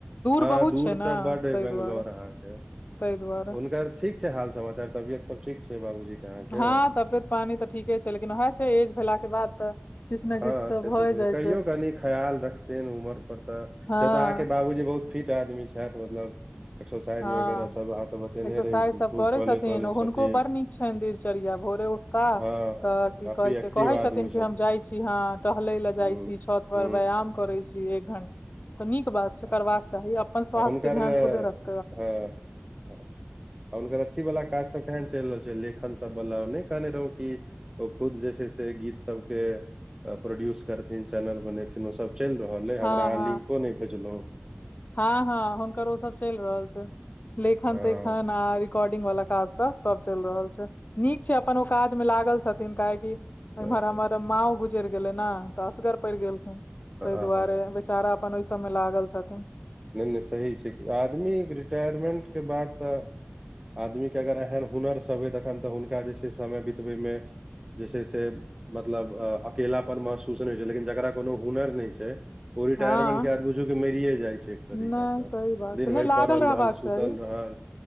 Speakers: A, on the right; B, on the left.
A: हँ
B: बहुत
A: दूर
B: छै ने
A: तऽ बड्ड हय
B: ताहि
A: बंगलोर
B: दुआरे
A: अहाँके
B: ताहि दुआरे
A: हुनकर ठीक छै। हाल समाचार तबियत सब ठीक छै बाबूजी के अहाँके
B: हँ तबियत पानि तऽ ठीके छै। लेकिन उएह छै ऐज भेलाके बाद तऽ किछु ने किछु
A: हँ से
B: भए
A: तऽ छै
B: जाइ
A: कहियो कनी खयाल रखथिन उमर पर तऽ
B: हँ
A: से तऽ अहाँके बाबूजी बहुत फिट आदमी छथि‌मतलब एक्सरसाइज
B: हँ
A: वगैरह सब अहा त बतेने
B: एक्सरसाइज
A: रही खूब
B: सब करै
A: चले
B: छथिन
A: तले छथिन।
B: हुनको बड़ नीक छनि दिनचर्या भोरे उठता
A: हँ
B: तऽ की
A: काफी
B: कहै
A: एक्टिव
B: छै कहै
A: आदमी
B: छथिन कि हम जाइ छी। छी हँ टहलै लए
A: हूँ
B: जाइ छी। छत पर
A: हूँ
B: व्यायाम करै छी। एक घण्टा तऽ नीक बात छै
A: आ
B: करबाक चाही अपन स्वास्थ्य
A: हुनकर
B: के ध्यान खुदे रखै
A: हँ आ हुनकर अथी वाला काज सब केहन चलि रहल छै लेखन सब वाला नहि कहने रहौ की ओ खुद जे छै से गीत सबके प्रोड्यूस करथिन चैनल बनेथिनओसभ चलि रहल ए हमरा
B: हँ
A: अहाँ
B: हँ
A: लिंको नहि भेजलौ
B: हँ हँ हुनकर ओ सब चलि रहल छै लेखन
A: हँ
B: ते ह रिकॉर्डिंग वाला काज सब सब चलि रहल छै। नीक छै। अपन ओ काज में लागल छै। छथिन काहेकि
A: ज
B: इम्हर हमर मा गुजैर गेलै ने तऽ असगर पड़ि गेल। ताहि
A: आहा
B: दुआरे बेचारा अपन ओहि सबमे लागल छथिन।
A: नहि नहि सही छै आदमी रिटायरमेंट के बाद तऽ आदमीके अगर एहन हुनरसभ अइ तखन तऽ हुनका जे छै। समय बितबैमे जे छै से मतलब अ अकेला पन महसूस नहि होइ छै। लेकिन जकरा कोनो हुनर नहि छै। ओ रिटाायरमेंट
B: हँ
A: के बाद बुझू के मरिये जाइ छै। तरीका
B: नहि
A: से
B: सही बात
A: दिन
B: छै
A: भरि
B: नहि लागल
A: पड़ल
B: रहबाक
A: रहल सुतल
B: चाही
A: रहल